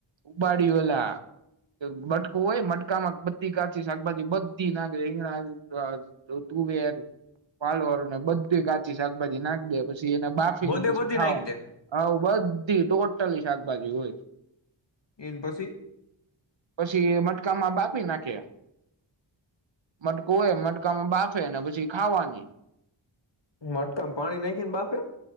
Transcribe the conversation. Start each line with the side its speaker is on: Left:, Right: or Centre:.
Right: ઉબાડીયુ લા. મટકું હોય મટકામાં બધી કાચી શાકભાજી બધી નાખે રીગણા, તુવેર, પાલર અને બધી કાચી શાકભાજી નાખી દે પછી પછી એને બાફીને
Left: બધે
Right: પછી
Left: બધી
Right: ખાવાનું
Left: નાખી દે
Right: હ બધી ટોટલી શાક બાજુ હોય
Left: એને પછી
Right: પછી મટકામાં બાફી નાખ્યા મટકું હોય મટકામાં બાફે ને પછી ખાવાની
Left: મટકામા પાણી નાખી કે ને બાફે